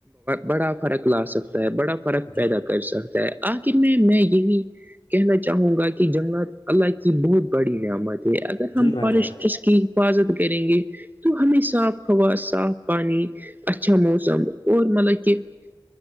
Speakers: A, on the right; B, on the left.
A: بڑا فرق لا سکتا ہے بڑا فرق
B: جی
A: پیدا کرتا کر سکتا ہے آخر میں میں یہی کہنا چاہوں گا کہ جنگلات اللہ کی بہت بڑی نعمت ہے اگر ہم
B: جی بھائی
A: فارسٹرس
B: جان
A: کی حفاظت کریں گے تو ہمیں صاف ہوا صاف پانی اچھا موسم اور مطلب کہ